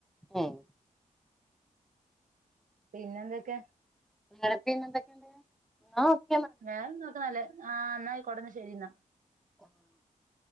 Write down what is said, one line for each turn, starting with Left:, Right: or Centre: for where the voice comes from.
Centre: ഏഹ്
Right: പിന്നെന്തൊക്കെ?
Centre: ഇങ്ങളെ <unintelligible> എന്തൊക്കെണ്ട്? ഇങ്ങളു
Right: വേറെന്തൂട്ട നല്ലെ, ആഹ് ന്നായ്ക്കോട്ടെ ന്നാ ശെരിന്നാ.
Centre: <inaudible>